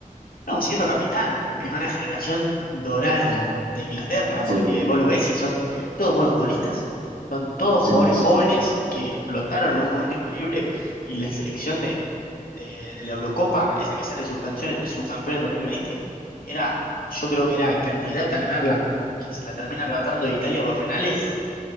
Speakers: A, on the left (about 80°); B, on the right (about 85°).
A: No, siendo capitán en una generación dorada de Inglaterra, porque
B: Sí,
A: vos lo ves y son todos buenos futbolistas. Son todos
B: sí,
A: jugadores
B: sí.
A: jóvenes que explotaron en un momento increíble y la selección de, de- de la Eurocopa, esa que sale subcampeón, subcampeón en 2020, era, yo creo que era candidata a ganarla, que se la termina arrebatando Italia por penales.